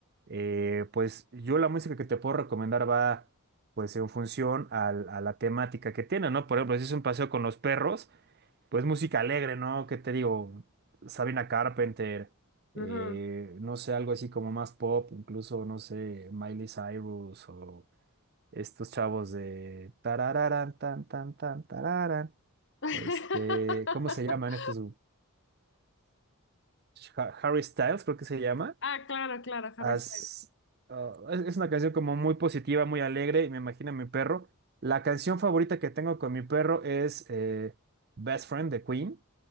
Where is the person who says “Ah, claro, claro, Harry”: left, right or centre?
Left